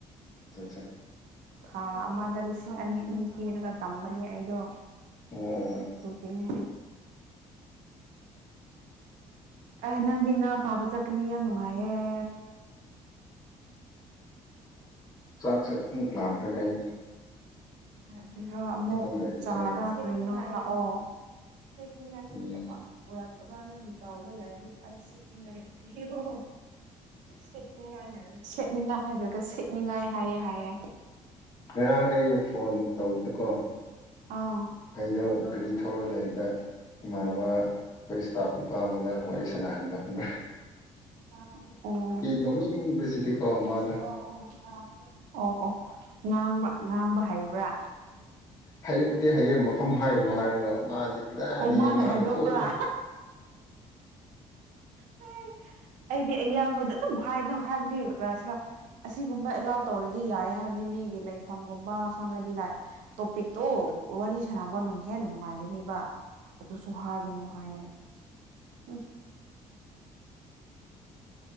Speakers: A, on the left (about 30°); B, on the right (about 80°).
A: ꯑꯠꯆꯥ ꯑꯠꯆꯥ
B: ꯊꯥ ꯑꯃꯗ ꯂꯤꯁꯤꯡ ꯑꯅꯤ ꯑꯅꯤ ꯄꯤꯔꯒ ꯇꯝꯕꯅꯦ ꯑꯩꯗꯣ
A: ꯑꯣ ꯑꯣ ꯑꯣ
B: ꯆꯨꯈꯤꯉ ꯑꯦ ꯅꯪꯗꯤ ꯉꯥ ꯐꯥꯕ ꯆꯠꯀꯅꯤ ꯌꯥꯝ ꯅꯨꯡꯉꯥꯏꯌꯦ
A: <inaudible> ꯆꯥꯛꯁꯦ ꯃꯨꯛ ꯂꯈꯅ ꯑꯩ
B: ꯑꯣ ꯈꯔ ꯑꯃꯨꯛ
A: ꯉꯥꯛꯇꯪ ꯂꯩꯔꯗꯤ
B: ꯆꯥꯔ
A: ꯆꯥꯔꯅꯤ
B: ꯀꯔꯤꯅꯣꯗ ꯑꯣ ꯄꯦꯛ
A: ꯎꯝ
B: ꯃꯥꯁꯔ ꯕꯕꯥ ꯅꯪ ꯆꯥꯎꯒ ꯂꯥꯏꯔꯤꯛ ꯑꯩ ꯁꯤꯠꯅꯤꯡꯉꯥꯏ ꯍ ꯍ ꯁꯤꯠꯅꯤꯡꯉꯥꯏ ꯍꯥꯏ ꯁꯦꯠꯅꯤꯡꯉꯥꯏ ꯍꯥꯏꯗ꯭ꯔꯒ ꯁꯦꯠꯅꯤꯡꯉꯥꯏ ꯍꯥꯏꯌꯦ ꯍꯥꯏꯌꯦꯦ
A: ꯉꯥꯡ ꯑꯩ ꯐꯣꯟ ꯇꯧꯕꯗꯀꯣ
B: ꯑꯥ
A: ꯑꯩꯗ ꯒꯥꯔꯤ ꯊꯧꯔ ꯂꯩꯕꯗ ꯏꯃꯥꯟꯅꯕ ꯑꯩꯈꯣꯏ ꯏꯁꯇꯥꯐ ꯅꯨꯄꯥ ꯑꯃꯗ ꯋꯥꯔꯤ ꯁꯥꯟꯅꯍꯟꯕ ꯈꯕ
B: ꯑꯣ
A: ꯅꯣꯛꯅꯤꯡꯕꯁꯤꯗꯤꯀꯣ
B: ꯑꯣ
A: ꯃꯥꯅ
B: ꯑꯣ ꯉꯥꯡꯕ ꯉꯥꯡꯕ ꯍꯩꯕ꯭ꯔꯥ
A: ꯍꯌꯦꯨꯕꯨꯨꯗꯤ ꯍꯌꯦꯡ ꯃꯐꯝ ꯍꯥꯏꯒꯅꯣ ꯍꯥꯏꯔꯒ ꯃꯥꯗꯤ ꯀꯗꯥꯏꯅꯤ
B: ꯑꯣ
A: ꯃꯥꯅ
B: ꯍꯥꯏꯗꯣꯛꯄ꯭ꯔꯥ
A: ꯊꯣꯛꯎ
B: ꯑꯦ ꯑꯩꯗꯤ ꯑꯌꯥꯝꯕꯗ ꯑꯗꯨꯝ ꯍꯥꯏꯅꯣ ꯍꯥꯏꯕꯗꯤꯁꯤꯔ ꯑꯁꯤꯒꯨꯝꯕ ꯑꯦꯂꯥꯎ ꯇꯧꯔꯗꯤ ꯌꯥꯏ ꯍꯥꯏꯕꯅꯤ ꯃꯤꯒꯤ ꯂꯩꯐꯝꯒꯨꯝꯕ ꯈꯪꯉꯗꯤ ꯂꯥꯛ ꯇꯣꯄꯤꯛꯇꯣ ꯋꯥꯔꯤ ꯁꯥꯟꯅꯕ ꯅꯨꯡ ꯍꯦꯟꯅ ꯅꯨꯡꯉꯥꯏꯒꯅꯦꯕ ꯑꯗꯨꯁꯨ ꯍꯥꯏꯒꯅꯨ ꯍꯥꯏꯌꯦ ꯎꯝ